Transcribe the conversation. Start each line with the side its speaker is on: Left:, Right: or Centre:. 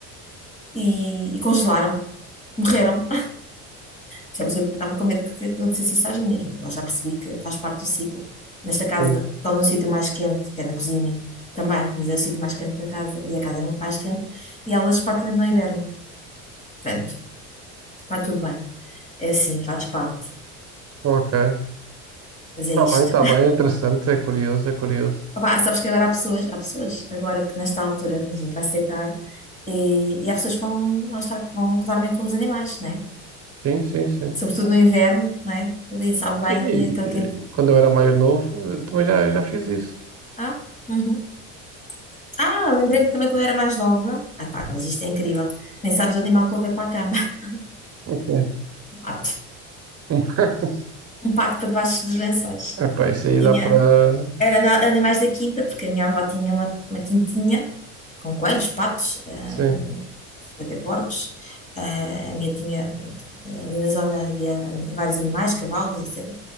Left: e, e congelaram, morreram. Percebes? Eu estava com medo que acontecesse isso às minhas. Agora já percebi que faz parte do ciclo. Nesta casa,
Right: Sim.
Left: estão num sítio mais quente, que é na cozinha também, mas é o sítio mais quente da casa e a casa é muito mais quente e elas praticamente não hibernam. Portanto, está tudo bem. É assim, faz parte.
Right: Ok. Está
Left: Mas é isto.
Right: bem, está bem. É interessante, é curioso, é curioso.
Left: <laughs> Opa, sabes que agora há pessoas, há pessoas agora que nesta altura a gente vai se deitar e, e há pessoas que vão, lá está, que vão dormir com os animais, né?
Right: Sim, sim, sim.
Left: Sobretudo no inverno, né? Ali sabe bem,
Right: Sim, e-
Left: ali aquele quente.
Right: e quando eu era mais novo, eu também já, já fiz isso.
Left: Ah, uhum. Ah, lembrei-me também quando era mais nova. Ai, pá, mas isto é incrível. Nem sabes o animal que eu levei para a cama. <laughs>
Right: Ok.
Left: Um pato.
Right: <laughs>
Left: Um pato para debaixo dos lençóis.
Right: Epá, isso aí
Left: Tinha.
Right: dá para.
Left: Era na- animais da quinta, porque a minha avó tinha uma, uma quintinha com coelhos, patos, uh,
Right: <laughs> Sim.
Left: chegou a ter porcos. Ah, a minha tinha, pronto, ah, ali na zona havia vários animais, cavalos, etc.